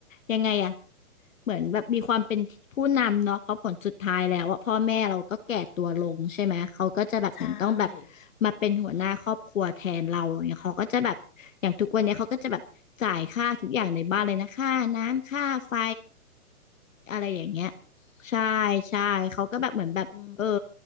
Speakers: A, on the left (about 60°); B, on the left (about 35°).
A: ยังไงอะ เหมือนแบบมีความเป็นผู้นำเนาะเพราะผลสุดท้ายแล้วอะพ่อแม่เราก็แก่ตัวลงใช่ไหมเขาก็จะแบบเหมือนต้องแบบ
B: ใช่
A: มาเป็นหัวหน้าครอบครัวแทนเราอย่างเงี้ยเขาก็จะแบบอย่างทุกวันเนี้ยเขาก็จะแบบจ่ายค่าทุกอย่างในบ้านเลยนะค่าน้ำค่าไฟอะไรอย่างเงี้ยใช่ใช่เขาก็แบบเหมือนแบบเออ
B: อืม